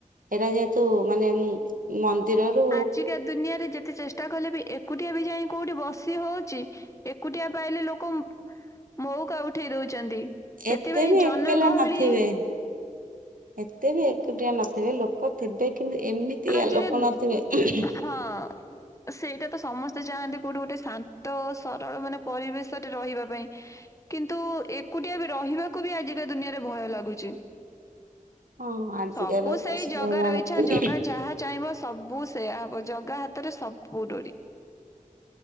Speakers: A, on the right; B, on the left.
A: ଏଇଟା ଯେହେତୁ ମାନେ ମନ୍ଦିରରୁ
B: ଆଜିକା ଦୁନିଆରେ ଯେତେ ଚେଷ୍ଟା କଲେ ବି ଏକୁଟିଆ ବି ଯାଇ କୋଉଠି ବସି ହଉଛି ଏକୁଟିଆ ପାଇଲେ ଲୋକ ମଉକାଉଠି ଉଠେଇ ଦଉଛନ୍ତି ସେଥିପାଇଁ
A: ଏତେ ବି
B: ଜନ
A: ଏକେଲା
B: ଗହଳି
A: ନଥିବେ ଏତେ ବି ଏଟିଆ ନଥିବେ ଲୋକ ଥିବେ କିନ୍ତୁ ଏମିତିଆ
B: ଆଜିିକା
A: ଲୋକ ନଥିବେ
B: ହଁ ସେଇଟା ତ ସମସ୍ତେ ଚାହାନ୍ତି କୋଉଠି ଗୋଟେ ଶାନ୍ତ ସରଳ ମାନେ ପରିବେଶରେ ରହିବା ପାଇଁ କିନ୍ତୁ ଏକୁଟିଆ ବି ରହିବାକୁ ବି ଆଜିକା ଦୁନିଆରେ ଭୟ ଲାଗୁଛି।
A: ହଁ ଆଜିକାର
B: ସବୁ ସେଇ
A: ଚାଷକୁ
B: ଜଗା
A: ହେଲାଣି
B: ରଇଛା ଜଗା ଯାହା ଚାହିଁବ ସବୁ ସେୟାବ ଜଗା ହାତରେ ସବୁଡୋରି।